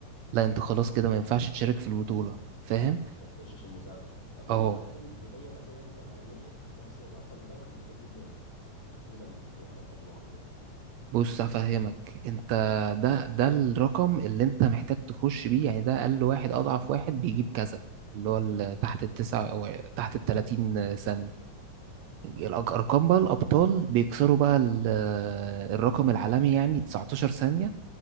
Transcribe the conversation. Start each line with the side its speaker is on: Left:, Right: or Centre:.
Right: لا انت خلاص كده ما ينفعش تشارك في البطولة فاهم
Left: ما تخشش المسابقة طب والمسابقات
Right: اه
Left: المحلية بقى زيها زي العالمية نفس الرقم ده ولا كل دولة بيكون ليها رقم معين
Right: بص هفهمك انت ده ده الرقم اللي انت محتاج تخش بيه يعني ده اقل واحد اضعف واحد بيجيب كذا اللي هو ال- تحت التسعة او تحت التلاتين ثانية الأج- ارقام بقى الابطال بيكسروا بقى ال- الرقم العالمي يعني 19 ثانية